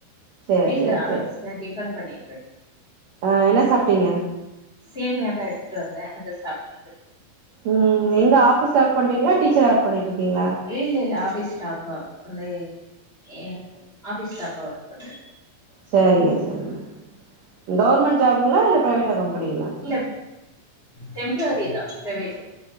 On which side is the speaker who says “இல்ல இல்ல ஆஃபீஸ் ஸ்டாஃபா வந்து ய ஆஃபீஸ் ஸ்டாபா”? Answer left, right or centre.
Left